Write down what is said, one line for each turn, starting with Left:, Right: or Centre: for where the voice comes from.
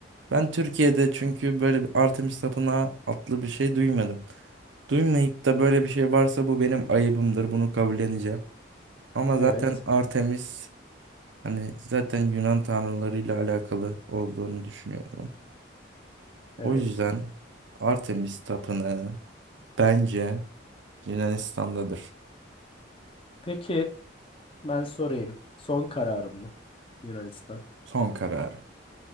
Right: Ben Türkiye'de çünkü böyle bir Artemis Tapınağı adlı bir şey duymadım. Duymayıp da böyle bir şey varsa bu benim ayıbımdır. Bunu kabulleneceğim. Ama zaten
Left: Evet,
Right: Artemis hani zaten Yunan tanrılarıyla alakalı olduğunu düşünüyorum. O
Left: evet.
Right: yüzden Artemis tapınağı bence Yunanistan'dadır.
Left: Peki ben sorayım. Son kararım mı? Yunanistan.
Right: Son kararım.